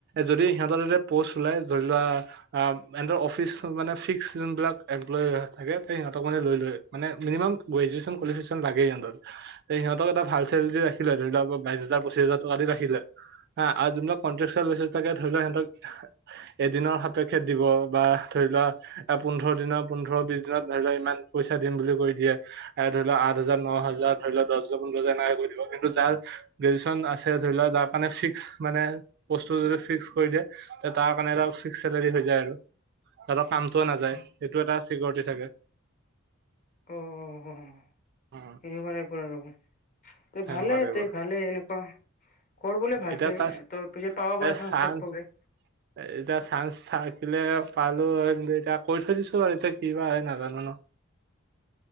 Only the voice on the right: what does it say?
যদি সিহঁতৰ তাতে প'ষ্ট ওলাই। ধৰি লোৱা আহ ইহ'তৰ অফিচ মানে ফিক্স যোনবিলাক এমপ্লয় থাকে, সিহঁতক মানে লৈ লয়। মানে মিনিমাম গ্ৰেজুৱেচন কোৱালিফিকেশ্যন লাগেই সিহঁতক। তে সিহঁতক এটা ভাল চেলৰি দি ৰাখি লয়, ধৰি লওঁক বাই হাজাৰ পচিছ হাজাৰ টকা দি ৰাখি দিলে। হা', আৰু যোনবিলাক কণ্ট্ৰক্টশ্বুৱেল বেছিচত থাকে ধৰি লোৱা সিহঁতক এদিনৰ সাপেক্ষে দিব, বা ধৰি লোৱা এ পোন্ধৰ দিনৰ পোন্ধৰ বিশ দিনত ধৰি লোৱা ইমান পইচা দিম বুলি কৈ দিয়ে। এ ধৰি লওঁক আঠ হাজাৰ ন হাজাৰ, ধৰি লওঁক দহ হাজাৰ পোন্ধৰ হাজাৰ এনেকুৱা কৰি দিব। কিন্তু যাৰ গ্ৰেজুৱেশ্যচন আছে ধৰি লোৱা যাৰ কাৰণে ফিক্স মানে প'ষ্টটো যদি ফিক্স কৰি দিয়ে। তাৰ কাৰণে এটা ফিক্স চেলাৰী হৈ যায় আৰু। সিহ'তৰ কাম টো
নাযায়, সেইটো এটা চিকিৰিটি থাকে।
অ
সেনেকুৱা
টাইপৰ
এতিয়া তাৰ
এ
চান্স
<unintelligible> এতিয়া চাঞ্চ থাকিলে পালো হয়, কিন্তু এতিয়া কৰি থৈ দিছো বাৰু এতিয়া কিবা হয় নাজানো ন।